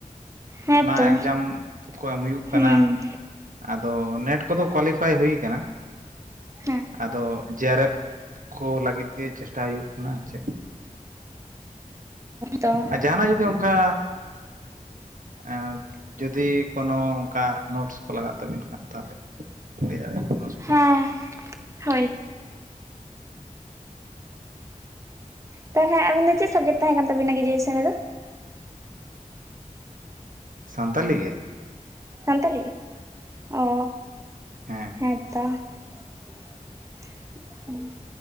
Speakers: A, on the right; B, on the right.
A: ᱦᱮᱸᱛᱚ
B: ᱚᱱᱟ ᱮᱠᱡᱟᱢ ᱠᱚ ᱮᱢ ᱦᱩᱭᱩᱜ
A: ᱦᱩᱸ
B: ᱠᱟᱱᱟ ᱟᱫᱚ ᱱᱮᱴ ᱠᱚᱫᱚ ᱠᱳᱣᱟᱞᱤᱯᱷᱟᱭ ᱦᱩᱭ ᱠᱟᱱᱟ
A: ᱦᱮᱸ
B: ᱟᱫᱚ ᱡᱮ ᱟᱨ ᱮᱯᱷ ᱠᱚ ᱞᱟᱹᱜᱤᱫ ᱜᱮ ᱪᱮᱥᱴᱟᱭ ᱦᱩᱭᱩᱜ ᱠᱟᱱᱟ ᱪᱮᱫ
A: ᱛᱚ
B: ᱟᱨ ᱡᱟᱦᱟᱱᱟᱜ ᱡᱩᱫᱤ ᱚᱱᱠᱟ ᱮ ᱡᱩᱫᱤ ᱠᱳᱱᱳ ᱚᱱᱠᱟ ᱱᱳᱴᱥ ᱠᱚ ᱞᱟᱜᱟᱜ ᱛᱟᱵᱤᱱ ᱠᱷᱟᱱ ᱛᱟᱦᱚᱞᱮ ᱞᱟᱹᱭ ᱫᱟᱲᱮᱭᱟᱜᱼᱟ ᱠᱚᱱᱳ ᱚᱩᱵᱤᱫᱷᱟ
A: ᱦᱮᱸ ᱦᱳᱭ ᱛᱟᱦᱚᱞᱮ ᱟᱵᱤᱱ ᱫᱚ ᱪᱮᱫ ᱥᱟᱵᱡᱮᱠᱴ ᱛᱟᱦᱮᱸ ᱠᱟᱱ ᱛᱟᱵᱤᱱᱟ ᱜᱨᱮᱡᱩᱭᱮᱥᱚᱱ ᱨᱮ ᱫᱚ
B: ᱥᱟᱱᱛᱟᱞᱤ ᱜᱮ
A: ᱥᱟᱱᱛᱟᱞᱤ ᱜᱮ ᱚ
B: ᱦᱮᱸ
A: ᱦᱮᱸᱛᱚ <unintelligible>